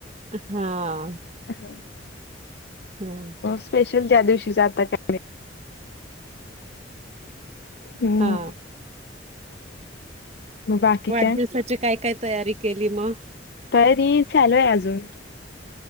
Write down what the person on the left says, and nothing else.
ह.
स्पेशल त्या दिवशी आता काय हम्म.
मग बाकी
काय
तरी चालू हाय अजून.